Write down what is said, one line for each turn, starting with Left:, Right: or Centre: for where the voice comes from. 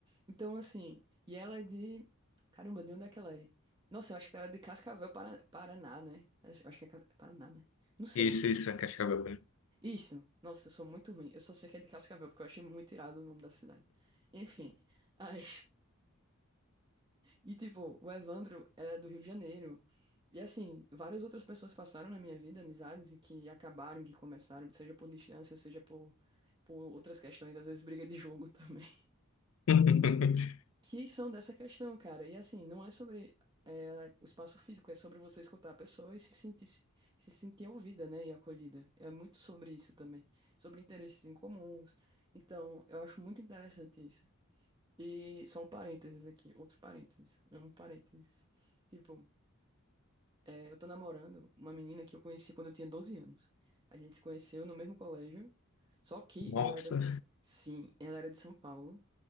Right: Então, assim, e ela é de. Caramba, de onde é que ela é? Nossa, eu acho que ela é de Cascavel, Paraná, Paraná, né? Eu acho que é Ca- Paraná, né? Não sei.
Left: Isso, isso, é Cascavel. mesmo.
Right: Isso. Nossa, eu sou muito ruim. Eu só sei que é de Cascavel, porque eu achei muito irado o nome da cidade. Enfim. Aí. E, tipo, o Evandro é do Rio de Janeiro. E, assim, várias outras pessoas passaram na minha vida, amizades, e que acabaram, que começaram, seja por distância, seja por, por outras questões, às vezes briga de jogo <laughs> também,
Left: <laughs>
Right: que são dessa questão, cara. E, assim, não é sobre é, o espaço físico, é sobre você escutar a pessoa e se sentir, se sentir ouvida, né, e acolhida. É muito sobre isso também, sobre interesses em comuns. Então, eu acho muito interessante isso. E só um parênteses aqui, outro parênteses, amo parênteses. Tipo, É, eu tô namorando uma menina que eu conheci quando eu tinha 12 anos. A gente se conheceu no mesmo colégio, só que
Left: Nossa.
Right: ela era, sim, ela era de São Paulo